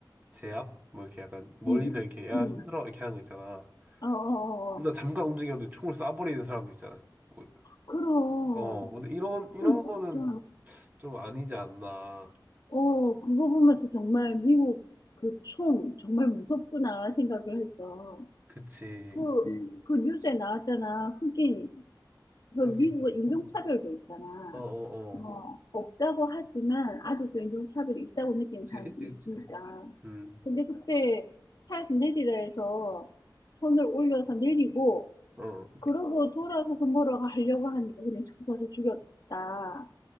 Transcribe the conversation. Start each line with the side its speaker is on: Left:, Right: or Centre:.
Right: 제압? 뭐 이렇게 약간 멀리서
Left: 음,
Right: 이렇게 야,
Left: 음.
Right: 손들어! 이렇게 하는 거 있잖아.
Left: 어, 어, 어.
Right: 그러다
Left: 어.
Right: 잠깐 움직였는데 총을 쏴버리는 사람도 있잖아. 뭐,
Left: 그럼,
Right: 어, 근데 이런, 이런
Left: 그건 진짜,
Right: 거는 좀 아니지 않나.
Left: 어, 그거 보면서 정말 미국 그 총 정말 무섭구나 생각을 했어.
Right: 그치.
Left: 그, 그 뉴스에 나왔잖아. 흑인, 그 미국은
Right: 여기,
Left: 인종차별도 있잖아.
Right: 어, 어,
Left: 뭐,
Right: 어.
Left: 없다고 하지만 아직도 인종차별이 있다고 느끼는
Right: 그치,
Left: 사람들이
Right: 있지, 있지.
Left: 있으니까.
Right: 음,
Left: 근데 그때 차에서 내리라 해서 손을 올려서 내리고,
Right: 어.
Left: 그러고 돌아서서 뭐라고 하려고 하니까 그냥 조사서 죽였다.